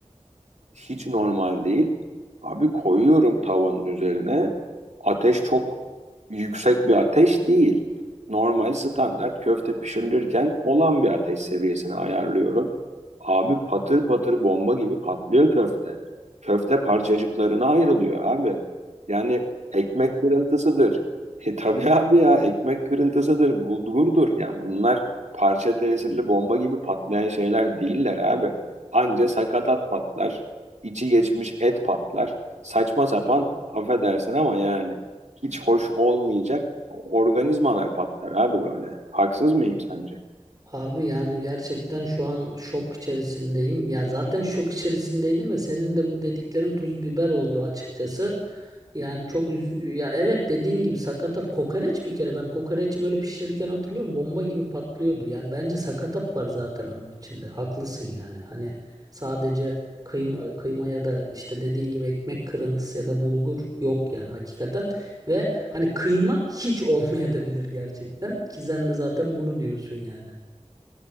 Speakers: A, on the right (about 75°); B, on the right (about 30°).
A: Hiç normal değil. Abi koyuyorum tavanın üzerine. Ateş çok yüksek bir ateş değil. Normal standart köfte pişirilirken olan bir ateş seviyesini ayarlıyorum. Abi patır patır bomba gibi patlıyor köfte. Köfte parçacıklarına ayrılıyor abi. Yani ekmek kırıntısıdır. E tabii abi ya ekmek kırıntısıdır, bulgurdur. Ya bunlar parça tesirli bomba gibi patlayan şeyler değiller abi. Anca sakatat patlar içi geçmiş et patlar. Saçma sapan affedersin ama yani hiç hoş olmayacak organizmalar patlar abi böyle. Haksız mıyım sence?
B: Abi yani gerçekten şu an şok içerisindeyim. Ya zaten şok içerisindeydim de senin de bu dediklerin tuz biber oldu açıkçası. Yani çok üz- ya evet dediğin gibi sakatat kokoreç bir kere ben kokoreçi böyle pişirirken hatırlıyorum bomba gibi patlıyordu. Yani bence sakatat var zaten onun içinde. Haklısın yani. Hani sadece kıyma kıyma ya da işte dediğin gibi ekmek kırıntısı ya da bulgur yok yani hakikaten. Ve hani kıyma hiç <laughs> olmayabilir gerçekten ki sen de zaten bunu diyorsun yani.